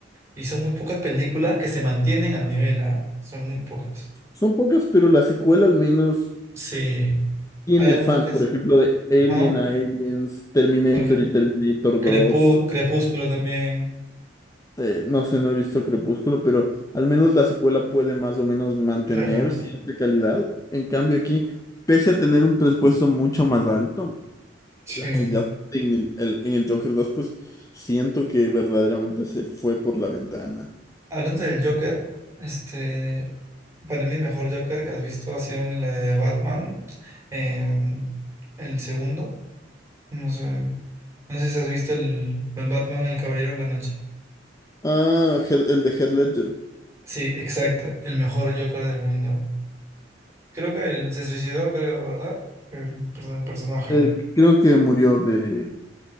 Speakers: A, on the right (about 15°); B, on the left (about 20°).
A: Y son muy pocas películas que se mantienen al nivel, ¿ah? Son muy pocas.
B: son pocas, pero la secuela al menos...
A: Sí,
B: Tiene
A: hay algunas
B: fans,
A: que...
B: por
A: s-
B: ejemplo, de Alien
A: Ajá,
B: a Aliens, Terminator
A: Por ejemplo,
B: y Terminator
A: Crepú-
B: dos
A: Crepúsculo también,
B: eh, no sé, no he visto Crepúsculo, pero al menos la secuela puede más o menos mantener
A: claro.
B: cierta calidad. En cambio aquí, pese a tener un presupuesto mucho más alto,
A: Sí.
B: la calidad en el, el- en el Joker dos pues siento que verdaderamente se fue por la ventana.
A: Hablando del Joker, este... Para mí el mejor Joker que has visto ha sido en la de Batman, eh, el segundo. No sé, no sé si has visto el, el Batman, el Caballero de la Noche.
B: Ah, Heath- el de Heath Ledger.
A: Sí, exacto, el mejor Joker del mundo. Creo que él se suicidó, creo, ¿verdad? El, per- el personaje.
B: Eh, creo que murió de,